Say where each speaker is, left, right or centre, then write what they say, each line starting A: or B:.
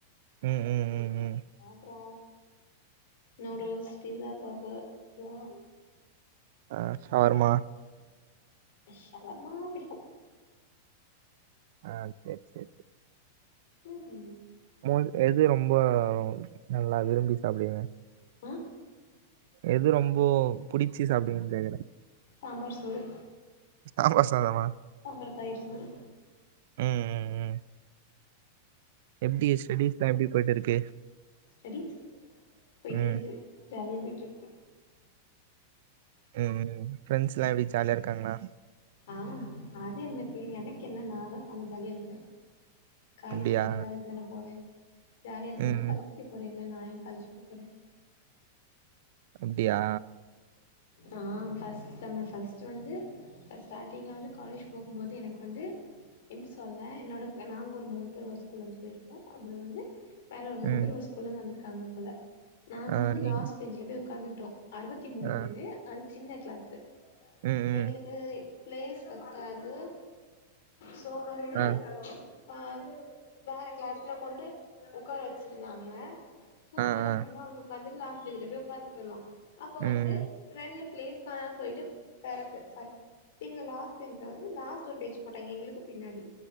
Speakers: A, on the right; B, on the left.
A: ம் ம் ம் ம்
B: அப்புறோ நூடுல்ஸ் பிஸா பர்கர் <unintelligible>
A: ஆ ஷவர்மா
B: ஷவர்மா பிடிக்கும்
A: ஆ சேரி சேரி
B: ம் ஹு
A: மொல் எது ரொம்ப நல்லா விரும்பி சாப்பிடுவிங்க
B: ஆ
A: எது ரொம்போ புடிச்சு சாப்டுவிங்கன்னு கேக்குறே
B: சாம்பார் சோறு
A: சாம்பார் சாதமா
B: அப்றோ தயிர் சோறு
A: ம் ம் ம் எப்டி ஸ்டெடிஸ்லா எப்டி போயிட்டு இருக்கு
B: ஸ்டெடிஸ் போயிட்டே
A: ம்,
B: இருக்கு ஜாலியா போயிட்டு இருக்கு
A: ம் ம் ம் ஃப்ரெண்ட்ஸ் எல்லா எப்டி ஜாலியா இருக்காங்களா
B: ஆ அது என்னக்கு எனக்கு என்ன நா தா செம ஜாலியா இருக்கே காலேஜ்
A: அப்படியா?
B: போறது அதுக்கு தானே போவே ஜாலியா இருக்குறதுக்குத்தா
A: ம்,
B: காலேஜ்ஜுக்கே
A: ம்.
B: போறே இல்ல நா ஏ காலேஜ்ஜுக்கு போறே
A: அப்டியா
B: ஆ ஃபர்ஸ்ட்டு செம்மு ஃபர்ஸ்ட்டு வந்து இப்ப ஸ்டாட்டிங்ல வந்து காலேஜ் போம்போது எனக்கு வந்து எப்டி சொல்ல என்னோட நாங்க ஒரு மூணு பேர் ஒரு ஸ்கூல இருந்து போயிரு ஓ அப்புற வந்து வேற ஒரு மூணு
A: ம்.
B: பேரு ஒரு ஸ்கூல்ல இருந்து வந்திருக்காங்க போல நாங்க
A: ஆ,
B: வந்து
A: நீங்க
B: லாஸ்ட் பெஞ்சில போய் உக்காந்துகிட்டோ அறுவத்தி மூணு
A: ஆ,
B: பேரு அது சின்ன கிளாஸ்ஸு
A: ம், ம்.
B: எங்களுக்கு பிளேஸ் பத்தாது சோ வந்து
A: ஆ,
B: ப வேற கிளாஸ்ல கொண்டு ஒக்கார வச்சிருந்தாங்க சோ நாங்க
A: ஆ,
B: என்ன
A: ஆ.
B: பண்ணோ அங்க உக்காந்து லாஸ்ட்டு பென்ஞ்ல போய் உக்காந்துட்டுயிருந்தோ அப்ப
A: ம், ம்.
B: வந்து ரெண்டு பிளேஸ் கானனு சொல்லிட்டு பெறத்து சக் பின்ன லாஸ்ட் பெஞ்ச்ல வந்து லாஸ்ட் ஒரு பெஞ்ச் போட்டாங்க எங்களுக்கு பின்னாடி